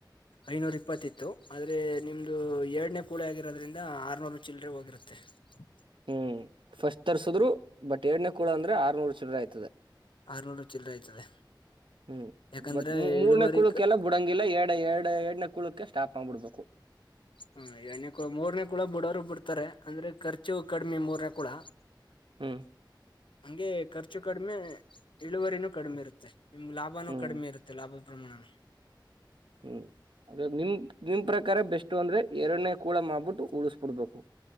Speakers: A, on the left; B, on the right.
A: ಐನೂರ ಇಪ್ಪತ್ತಿತ್ತು ಆದ್ರೆ ನಿಮ್ದು ಎರಡನೇ ಕೂಳಿ ಆಗಿರೋದ್ರಿಂದ ಆರ್ನೂರು ಚಿಲ್ಡ್ರೆ ಹೋಗಿರತ್ತೆ ತ್ತ
B: ಹ್ಮ್ ಫಸ್ಟ್ ತರ್ಸದ್ರು ಬಟ್ ಎಏಡ್ನೇ ಕೂಡ ಅಂದ್ರೆ ಆರ್ನೂರು ಚಲರ ಆಯ್ತದೆ
A: ಆರ್ನೂರು ಚಿಲ್ಲರ ಆಯ್ತದೆ
B: ಹ್ಮ್
A: ಯಾಕಂದ್ರೆ
B: ಬಟ್ ಮೂರ್ನೇ
A: ಇಳುವರಿ
B: ಕುಳಕೆಲ್ಲ ಬುಡಂಗಿಲ್ಲ ಎರಡು ಎರಡು ಎರಡನ ಕುಳಕಕ್ಕೆ ಸ್ಟಾಪ್ ನ್ಬಿಡ್ಬೇಕು
A: ಹ್ಮ ಎರಡನೇ ಕೂಡ ಮೂರ್ನೇ ಕೂಡ ಬಿುಡೋರು ಬಿಡ್ತಾರೆ ಅಂದ್ರೆ ಖರ್ಚು ಕಡಿಮಿ ಮೂರನ ಕೂಡ
B: ಹ
A: ಹಂಗೆ ಖರ್ಚು ಕಡಿಮೆ ಇಳುವರಿನೂ ಕಡಿಮೆ ಇರುತ್ತೆ ನಿಮ್ ಲಾಭನೂ
B: ಹ್ಮ್
A: ಕಡಿಮೆ ಇರುತ್ತೆ ಲಾಭ ಪ್ರಮಾಣ
B: ಹ್ಮ್ ಅದ ನಿಮ ನಿಮ್ ಪ್ರಕಾರ ಬೆಸ್ಟ್ ಅಂದ್ರೆ ಎರಡನೇ ಕೂಳ ಮಾಡ್ಬಿಟ್ಟು ಉಳಸ್ಬಿಡ್ಬೇಕು